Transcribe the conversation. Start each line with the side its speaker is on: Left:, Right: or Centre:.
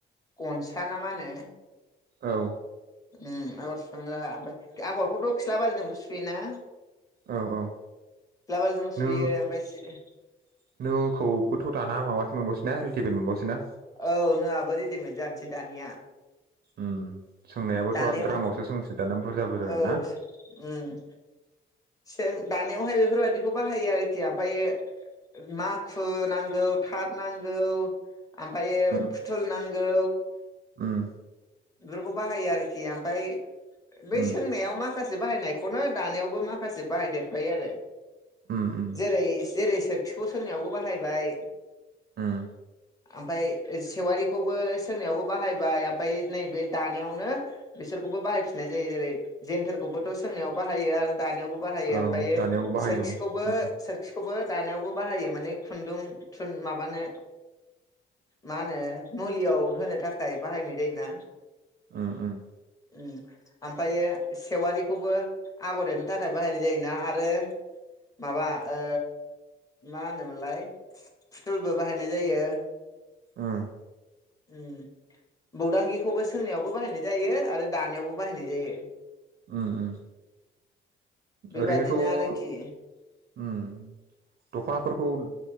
Left: गनसा ना मा होनो
Right: औ
Left: उम आगर सुखांग्रा ओमफ्राय आगरखौथ' खिलाबारिजोंबो सुयोना
Right: औ औ
Left: खिलाबारिजोंबो सुयो
Right: नो-नोखौबोथ'
Left: ओमफ्राय
Right: दाना माबासो मोनबावसैना रि दिमेट मोनबावोसै ना?
Left: औ नोआबो रेडिमेड जानोसै दानिया।
Right: उम सोंनायाबोथ'
Left: दानायाव
Right: आरो द्रामावसो सोंसै दाना बुरजा बुरजानो
Left: औ
Right: ना?
Left: उम जों दानायावहाय बेफोरबायदिखौ बाहायो आरोखि ओमफायो माखु नांगौ थाथ नांगौ आमफायो
Right: उम
Left: फुथुल नांगौ
Right: उम
Left: बेफोरखौ बाहायो आरोखि ओमफाय बै
Right: उम
Left: सोंनायाव माखासे से बाहायनायखौनो दानायावबो माखासे बाहायदेरफायो आरो।
Right: उम उम
Left: जेरै जेरै सोर सिखौ सोंनायावबो बाहायबाय
Right: ओम।
Left: ओमफाय सेवारिखौबो सोंनायावबो बाहायबाय ओमफाय नैबे दानायावनो बिसोरखौबो बाहायफिननाय जायो। जेरै जेन्थोरखौबोथ' सोंनायाव बाहायो आरो दानायावबो बाहायो।
Right: औ
Left: ओमफायो
Right: दानायावबो बाहायो
Left: सोरखिखौबो
Right: औ खिन्थु
Left: सोरखिखौबो दानायावबो बाहायो माने खुन्दुं थुन माबानो मा होनो मुलियाव होनो थाखाय बाहायनाय जायोना?
Right: ओम ओम।
Left: उम, ओमफाय सेवारिखौबो आगर एरनो थाखाय बाहायनाय जायोना आरो माबा ओ मा होनोमोनलाय फुथुलबो बाहायनाय जायो।
Right: उम
Left: ओम बौदांगांगिखौबो सोंनायावबो बाहायनाय जायो आरो दानायावबो बाहायनाय जायो।
Right: उम उम
Left: बेबादिनो
Right: ओरैनोथ' ओम
Left: आरोखि
Right: दख'ना फोरखौ